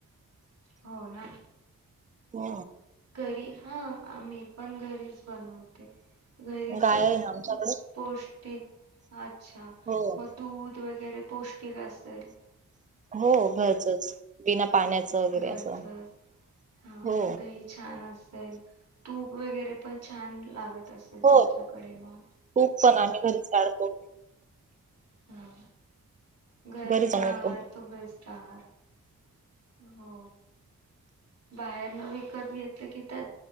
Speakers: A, on the right (about 45°); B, on the right (about 25°).
A: हो ना
B: हो
A: घरी हा मी पण घरीच बनवते. घरीचच
B: गाय आहे ना आमच्याकडे
A: पौष्टिक अच्छा
B: हो
A: मग दूध वगैरे पौष्टिक असेल
B: हो घरचंच बिना पाण्याचं वगैरे
A: घरचंच
B: असं
A: हा
B: हो
A: दही छान असेल तूप वगैरे पण छान लागत असेल
B: हो
A: तुमच्याकडे मग
B: तूप पण आम्ही घरीच काढतो.
A: हा घरचा
B: घरी बनवतो
A: आहार तो बेस्ट आहार हो बाहेर न विकत घेत, तलं की त्यात